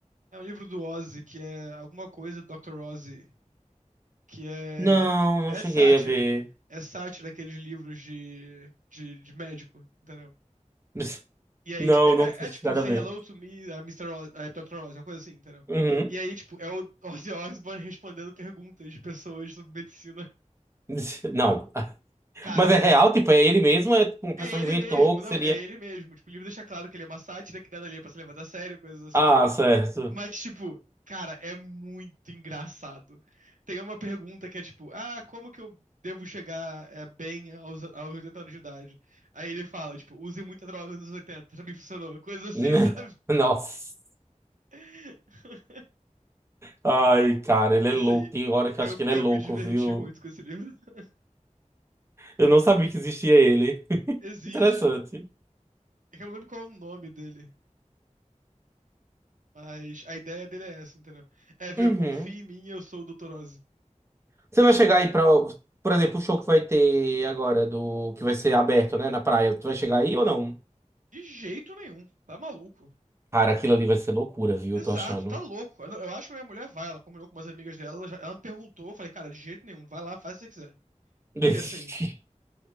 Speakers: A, on the right (about 90°); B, on the right (about 20°).
A: É um livro do Ozzy, que é alguma coisa do Dr. Ozzy, que é.
B: Não, não
A: É
B: cheguei
A: sátira.
B: a ver.
A: É sátira aqueles livros de, de, de médico, entendeu?
B: <laughs>
A: E aí,
B: Não,
A: tipo, é,
B: não tinha
A: é- é
B: chegado
A: tipo, Say
B: a ver.
A: Hello to Me, a Mr. Oz, a Dr. Oz, uma coisa assim, entendeu?
B: Uhum.
A: E aí, tipo, é o Ozzy Osbourne respondendo perguntas de pessoas sobre medicina.
B: <laughs> Não.
A: Cara,
B: Mas é real, tipo, é ele mesmo, é tipo, uma pessoa
A: é ele
B: inventou
A: mesmo,
B: que
A: não,
B: seria.
A: é ele mesmo. Tipo, o livro deixa claro que ele é uma sátira, que nada ali é pra se levar a sério, coisas assim.
B: Ah, certo.
A: Mas, tipo, cara, é muito engraçado. Tem uma pergunta que é tipo, ah, como que eu devo chegar é, bem aos, aos 80 anos de idade? Aí ele fala, tipo, use muita droga nos 80 pra mim funcionou. coisas assim,
B: <laughs>
A: sabe?
B: Nossa.
A: <laughs>
B: Ai, cara, ele é
A: Assim,
B: louco. Tem hora que
A: eu,
B: eu acho que ele
A: eu
B: é louco,
A: me diverti
B: viu?
A: muito com esse livro. <laughs>
B: Eu não sabia que existia ele. <laughs>
A: Existe.
B: Interessante.
A: É que eu não lembro qual é o nome dele. Mas a ideia dele é essa, entendeu? É, viu?
B: Uhum.
A: Confia em mim, eu sou o Dr. Oz.
B: Você vai chegar aí pra. por exemplo, o show que vai ter agora, do que vai ser aberto, né, na praia. Tu vai chegar aí ou não?
A: De jeito nenhum. Tá maluco.
B: Cara, aquilo ali vai ser loucura, viu?
A: Exato,
B: Eu tô achando.
A: tá louco. Eu, não- eu acho que a minha mulher vai, ela combinou com umas amigas dela, ela, já- ela me perguntou, eu falei, cara, de jeito nenhum, vai lá, faz o que você quiser.
B: <laughs>
A: Porque assim,